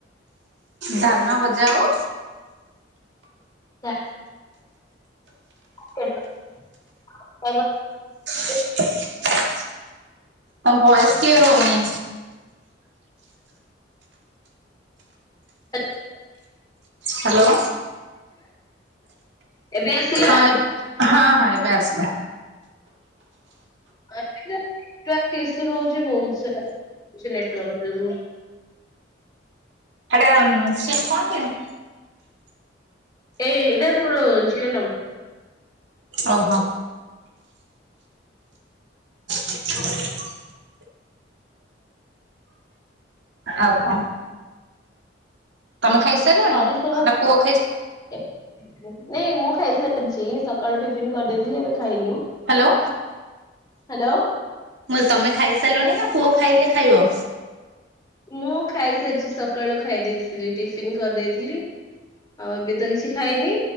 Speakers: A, on the right; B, on the left.
A: ଧାନ ଭଜା ଆଉ।
B: ୟା କେତେ <unintelligible>
A: <unintelligible> ତମ ଭଏସ କ୍ଲିୟର ହଉନି।
B: <unintelligible>
A: ହ୍ୟାଲୋ।
B: ଏବେ ଆସିଲା?
A: ହଁ ଏବେ ହଁ ହଁ ଆସିଲା।
B: ଅବିକା ନେଟୱର୍କ ଈସୁ ରହୁଛି ବହୁତ ସାରା ହୋଉଛି ନେଟୱର୍କ ପ୍ରୋବ୍ଲେମ।
A: ସେଟା ସିମ କଣ କି?
B: ଏଇଟା ମୋର ଜିଓ ନମ୍ବର।
A: ଓହୋ। <inaudible> ଆଉ କଣ ତମେ ଖାଇସାରିଲଣି
B: ଘରେ
A: ନା
B: ସବୁ
A: ପୁଅ ଖାଇସା
B: ନାଇଁ ମୁଁ ଖାଇସାରିଛି ସକାଳୁ ଟିଫନ୍ କରିଦେଇଥିଲି, ଏବେ ଖାଇନି।
A: ହ୍ୟାଲୋ।
B: ହ୍ୟାଲୋ।
A: ମୁ ତମେ ଖାଇସାରିଲଣି ନା ପୁଅ ଖାଇଲେ ଖାଇବ।
B: ମୁଁ ଖାଇସାରିଛି ସକାଳୁ ଖାଇ ଦେଇେଇଥିଲି ଟିଫିନ କରିଦେଇଥିଲି। ଆଉ ଏବେ ତ କିଛି ଖାଇନି